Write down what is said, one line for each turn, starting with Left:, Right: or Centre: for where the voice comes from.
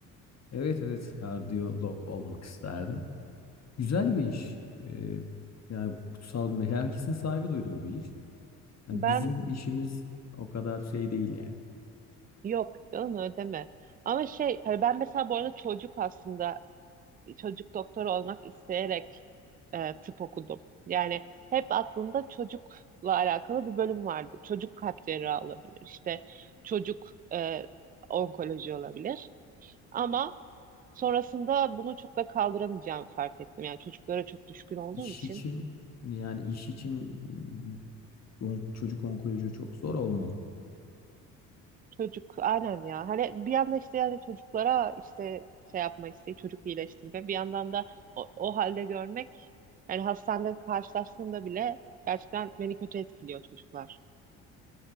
Left: Evet evet kardiyolog olmak isterdim. Güzel bir iş. Ee, yani kutsal bir herkesin saygı duyduğu bir iş. Hani
Right: Ben
Left: bizim işimiz o kadar şey değil yani.
Right: Yok canım ödeme. Ama şey hani ben mesela bu arada çocuk aslında çocuk doktoru olmak isteyerek e, tıp okudum. Yani hep aklımda çocukla alakalı bir bölüm vardı. Çocuk kalp cerrahı olabilir. işte çocuk e, onkoloji olabilir. Ama sonrasında bunu çok da kaldıramayacağımı fark ettim. Yani çocuklara çok düşkün olduğum
Left: İş
Right: için.
Left: için yani iş için mm, on- çocuk onkoloji çok zor olmalı.
Right: Çocuk aynen ya. Hani bir yanda işte yani çocuklara işte şey yapma isteği, çocuk iyileştirme. Bir yandan da o, o halde görmek yani hastanede karşılaştığımda bile gerçekten beni kötü etkiliyor çocuklar.